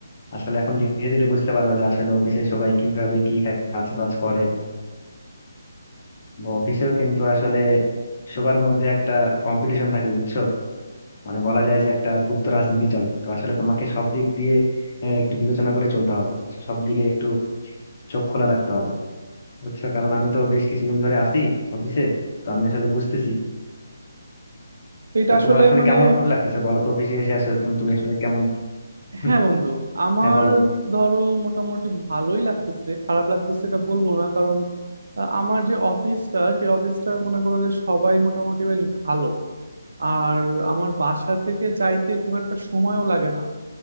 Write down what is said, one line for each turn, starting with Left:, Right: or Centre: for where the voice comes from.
Left: আসলে এখন ধীরে ধীরে বুঝতে পারবা যে আসলে অফিসে সবাই কিভাবে কি কাজ বাজ করে অফিসেও কিন্তু আসলে সবার মধ্যে একটা কম্পিটিশন থাকে বুঝছো মানে বলা যায় যে একটা গুপ্ত রাজনীতি চলে তো আসলে তোমাকে সব দিক দিয়ে আহ, একটু বিবেচনা করে চলতে হবে বুঝছো? সব দিকে একটু চোখ খোলা রাখতে হবে বুঝছো কারণ আমি তো বেশ কিছুদিন ধরে আছি অফিসে তো আমি আসলে বুঝতেছি
Right: তো এটা
Left: তো
Right: আসলে
Left: তোমার আসলে
Right: মানে
Left: কেমন লাগতেছে বলো তো অফিসে এসে আসলে তুমি তুমি আসলে কেমন <laughs>
Right: হ্যাঁ বন্ধু আমার
Left: হ্যাঁ বলো
Right: ধরো মোটামুটি ভালোই লাগতেছে খারাপ লাগতেছে এটা বলবো না কারণ আহ, আমার যে অফিসটা সেই অফিসটার মনে করো যে সবাই মোটামুটি বেশ ভালো আর আমার বাসা থেকে যাইতে খুব একটা সময়ও লাগে না